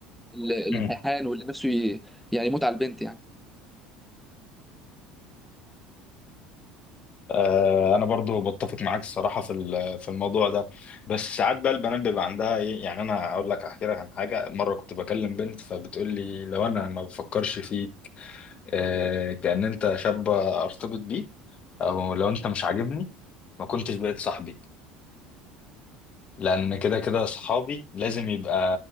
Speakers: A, in the centre; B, on the left.
A: ال- الهيحان
B: مهم.
A: واللي نفسه ي- يعني يموت على البنت يعني
B: آه، انا برضو بتفق معاك الصراحه في ال- في الموضوع ده بس ساعات بقى البنات بيبقى عندها ايه يعني انا هقول لك احكي لك عن حاجه مره كنت بكلم بنت فبتقول لي لو انا ما بفكرش فيك آه، كأن انت شاب ارتبط بيه او لو انت مش عاجبني ما كنتش بقيت صاحبي لان كده كده صحابي لازم يبقى